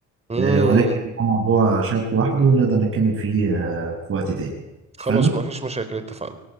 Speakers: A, on the right; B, on the right.
A: امم
B: آه، ولكن ده موضوع شائك لوحده ونقدر نتكلم فيه آه، في وقت تاني
A: خلاص
B: اتفقنا
A: ما فيش مشاكل اتفقنا